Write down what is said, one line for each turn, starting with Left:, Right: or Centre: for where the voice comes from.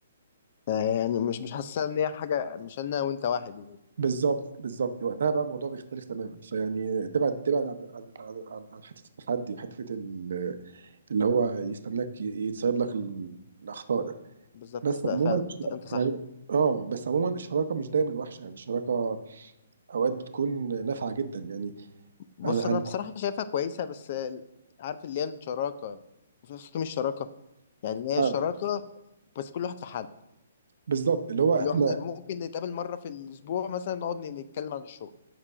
Left: يعني مش مش حاسسها ان هي حاجه مش انا وانت واحد يعني
Right: بالظبط بالظبط وقتها بقى الموضوع بيختلف تماما فيعني تبعد تبعد عن عن عن, عن عن حته التحدي وحته ال- اللي هو يستناك ي- يتصيد لك ال- الاخطاء
Left: بالظبط
Right: بس
Left: لا
Right: عموما
Left: فعلا انت
Right: الشراكة-
Left: أنت صح
Right: يعني اه بس عموما الشراكه مش دايما وحشه يعني الشراكه اوقات بتكون نافعه جدا يعني
Left: بص
Right: انا
Left: انا
Right: انا
Left: بصراحه شايفها كويسه بس آه، عارف اللي هي الشراكه وفي نفس الوقت مش شراكه يعني هي
Right: اه
Left: شراكه بس كل واحد في حد
Right: بالظبط اللي هو احنا
Left: اللي هو احنا ممكن نتقابل مره في الاسبوع مثلا نقعد نتكلم عن الشغل